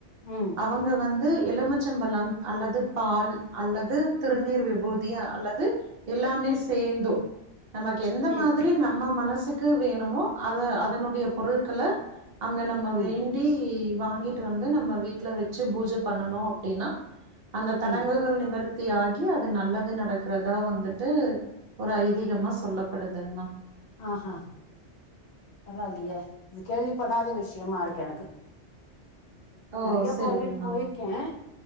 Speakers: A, on the left; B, on the right.
A: ம்
B: அவங்க வந்து எலுமுச்சம்பழம் அல்லது பால் அல்லது திருநீர் விபூ தி அல்லது எல்லாமே சேந்து நமக்கு எந்த
A: ம்
B: மாதிரி ந ம்ம மனசுக்கு வேணுமோ அத அதனுடைய பொருள்கள அங்க நம்ம
A: ம்
B: வேண் டி வாங்கிட்டு வந்து நம்ம வீட்ல வச்சு பூஜ பண்ணனும் அப்டின்னா அந்த தடங்கல்கள்
A: ம்
B: நிவர் த்தியாகி அது நல்லது நடக்குறதா வந்துட்டு ஒரு ஐதீகமா சொல்லப்படுதுங்மா
A: ஆ ஹா பரவாயில்லயே இது கேள்விப்படாத விஷயமா இருக்கு எனக்கு
B: ஓ
A: நறையா
B: செரிங்ண்ணா
A: கோவில் போயிருக்கே